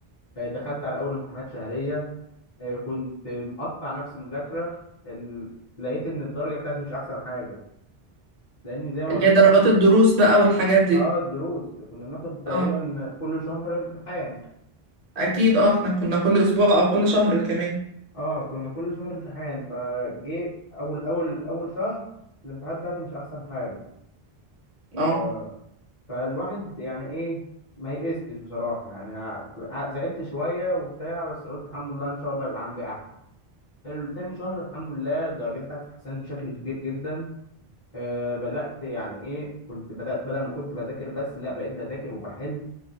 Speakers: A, on the left; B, on the right.
A: آه، دخلت على اول امتحانات شهريه آه، كنت مقطع نفسي مذاكره ال- لقيت ان الدرجه بتاعتي مش احسن حاجه لان زي ما
B: اللي
A: قلت
B: هي
A: لك
B: درجات
A: انا
B: الدروس بقى والحاجات دي
A: اه الدروس كنا بناخد تقريبا
B: اه
A: كل شهر امتحان
B: أكيد اه احنا كنا كل أسبوع أو كل شهر كمان
A: اه كنا كل شهر امتحان فجه اول اول اول شهر الامتحانات بتاعتي مش احسن حاجه
B: اه
A: ف... فالواحد يعني ايه ما يئستش بصراحه يعني ع- زعلت شويه وبتاع بس قلت الحمد لله ان شاء الله يبقى عندي احسن تاني شهر الحمد لله الدرجات بتاعتي اتحسنت بشكل كبير جدا آه، بدأت يعني ايه كنت بدأت بدل ما كنت بذاكر بس لا بقيت بذاكر وبحل